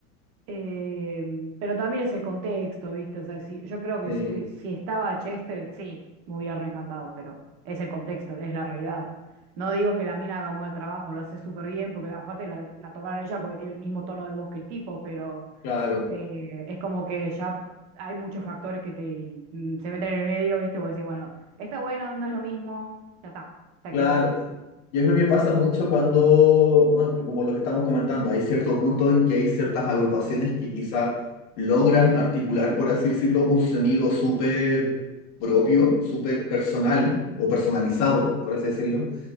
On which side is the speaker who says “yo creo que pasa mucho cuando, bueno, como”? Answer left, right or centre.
Left